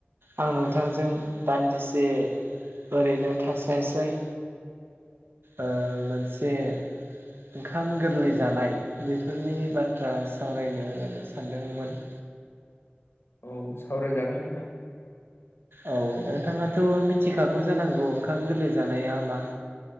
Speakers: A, on the right; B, on the left.
A: आं नोंथांजों दान्दिसे ओरैनो थास्लायस्लाय ओ मोनसे ओंखाम गोरलै जानाय बेफोरनि बाथ्रा सावरायनो होननानै सानदोंमोन।
B: औ सावरायजागोन नोंथां
A: औ नोंथाङाथ' मिथिखागौ जानांगौ ओंखाम गोरलै जानाया मा